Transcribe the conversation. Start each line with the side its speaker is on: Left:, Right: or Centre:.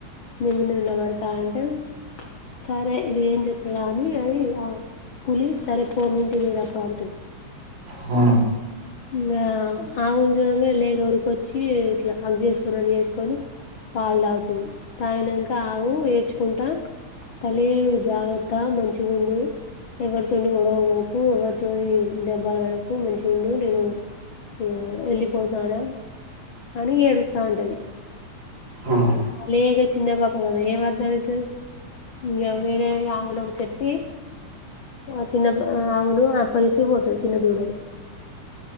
Left: నీ ముందు నిలబడతా అంటే, సరే ఇది ఏం జెత్తదా అని అవి ఆ పులి సరే పో మీ ఇంటికి పోయిరాపో అంటది
Right: హా
Left: ఇంగా ఆవును జూడంగనే లేగ ఉరుకోచ్చి ఇట్లా హాగ్ చేసుకున్నట్లు జేసుకొని పాలు తాగుతది తాగినంక ఆవు ఏడ్చుకుంటా తల్లీ నువ్ జాగ్రత్త మంచిగుండు ఎవరితోని గొడవకు పోకు, ఎవరితోని దెబ్బలు పడకు మంచిగుండు నేను ఉమ్ ఎళ్ళిపోతానా అని ఏడుస్తా ఉంటది
Right: అ హాహ్
Left: లేగ చిన్న పాప గదా ఏం అర్థమయితది? ఇగ వేరే ఆవులకు చెప్పి ఆ చిన్న బ ఆవును అప్ప జెప్పి పోతది చిన్నదూడను